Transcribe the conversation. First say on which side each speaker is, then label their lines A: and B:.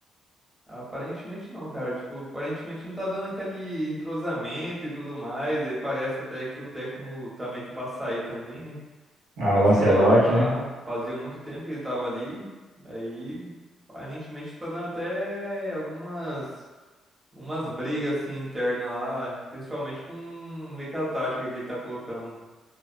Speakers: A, on the right (about 20°); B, on the right (about 80°).
A: Aparentemente não, cara. Tipo, aparentemente não tá dando aquele entrosamento e tudo mais. Aí parece até que o técnico tá meio que pra sair também, né?
B: Ah,
A: O
B: o
A: Ancelotti
B: Ancelotti,
A: lá,
B: né?
A: fazia muito tempo que ele tava ali. Aí, aparentemente tá dando até algumas Umas brigas assim internas lá, principalmente com meio que a tática que ele tá colocando.